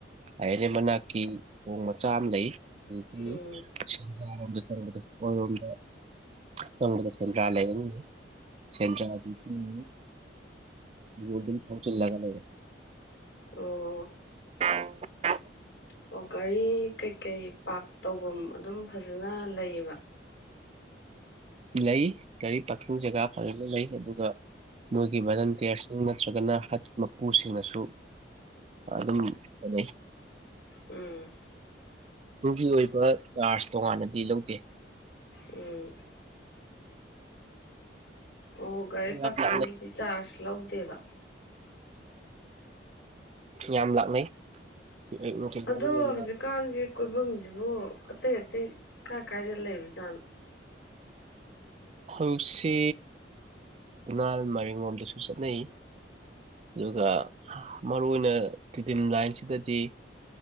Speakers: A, on the right (about 35°); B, on the left (about 65°).
A: ꯑꯥꯏ ꯑꯦꯟ ꯑꯦ ꯃꯅꯥꯛꯀꯤ ꯊꯣꯡ ꯃꯆꯥ ꯑꯃ ꯂꯩ ꯑꯗꯨ
B: ꯎꯝ
A: ꯪꯕꯗ ꯑꯣꯏꯔꯣꯝꯗ ꯆꯪꯕꯗ ꯁꯦꯟꯗ꯭ꯔꯥ ꯂꯩꯕꯅꯤ ꯁꯦꯟꯗ꯭ꯔꯥꯝ
B: ꯑꯣ
A: ꯆꯜꯒ
B: ꯑꯣ ꯒꯥꯔꯤ ꯀꯩꯀꯩ ꯄꯥꯔꯛ ꯇꯧꯐꯝ ꯑꯗꯨꯝ ꯐꯖꯅ ꯂꯩꯌꯦꯕ
A: ꯂꯩ ꯒꯥꯔꯤ ꯄꯥꯔꯀꯤꯡ ꯖꯒꯥ ꯐꯖꯅ ꯂꯩ ꯑꯗꯨꯒ ꯅꯣꯏꯒꯤ ꯚꯔꯟꯇꯤꯌꯥꯔꯁꯤꯡ ꯅꯠꯇ꯭ꯔꯒꯅ ꯍꯠ ꯃꯄꯨꯁꯤꯡꯅꯁꯨ ꯑꯗꯨꯝ ꯐꯅꯩ
B: ꯎꯝ
A: ꯑꯗꯨꯒꯤ ꯑꯣꯏꯕ ꯆꯥꯔꯖ ꯇꯣꯉꯥꯟꯅꯗꯤ ꯂꯧꯗꯦ
B: ꯎꯝ ꯑꯣ ꯒꯥꯔꯤ ꯄꯥꯔꯀꯤꯡꯒꯤꯗꯤ
A: ꯌꯥꯝ ꯂꯥꯛꯅꯩ
B: ꯆꯥꯔꯖ ꯂꯧꯗꯦꯕ
A: ꯌꯥꯝ ꯂꯥꯛꯅꯩ ꯑꯌꯨꯛ ꯅꯨꯡꯊꯤꯜ
B: ꯑꯗꯣ
A: ꯃꯔꯨ ꯑꯣꯏꯅ
B: ꯍꯧꯖꯤꯛꯀꯥꯟ ꯀꯣꯏꯐꯝꯁꯤꯕꯨ ꯑꯇꯩ ꯑꯇꯩ ꯀꯥꯏ ꯀꯥꯏꯗ ꯂꯩꯕ ꯖꯥꯠꯣ
A: ꯍꯧꯖꯤꯛꯁꯤ ꯏꯍꯥꯜ ꯃꯔꯤꯡ ꯂꯣꯝꯗꯁꯨ ꯆꯠꯅꯩ ꯑꯗꯨꯒ ꯃꯔꯨ ꯑꯣꯏꯅ ꯇꯤꯗꯤꯝ ꯂꯥꯏꯟꯁꯤꯗꯗꯤ